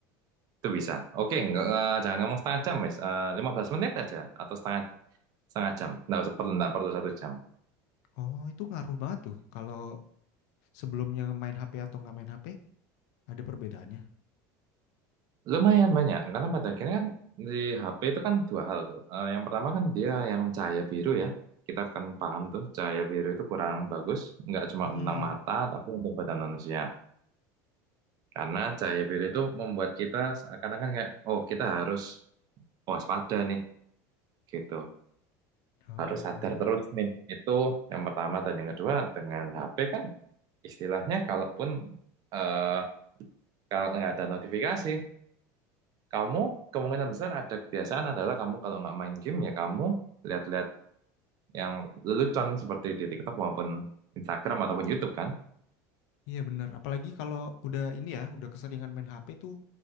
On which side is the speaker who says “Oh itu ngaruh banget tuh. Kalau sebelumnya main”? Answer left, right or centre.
Left